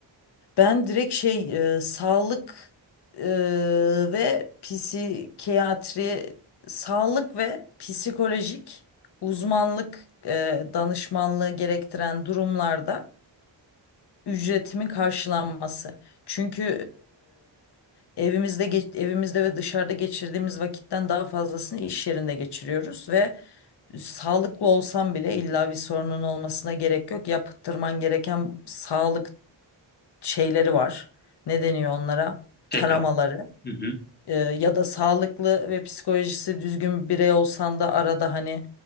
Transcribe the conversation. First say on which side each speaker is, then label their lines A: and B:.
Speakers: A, on the left (about 60°); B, on the left (about 20°).
A: Ben direkt şey e, sağlık e, ve psikiyatri sağlık ve psikolojik uzmanlık e, danışmanlığı gerektiren durumlarda ücretimin karşılanması. Çünkü eee, evimizde ge- evimizde ve dışarıda geçirdiğimiz vakitten daha fazlasını iş yerinde geçiriyoruz ve sağlıklı olsam bile illa bir sorunun olmasına gerek yok. Yaptırman gereken sağlık şeyleri var. Ne deniyor onlara?
B: Check-up.
A: Taramaları.
B: Hı hı.
A: E, ya da sağlıklı ve psikolojisi düzgün bir birey olsan da arada hani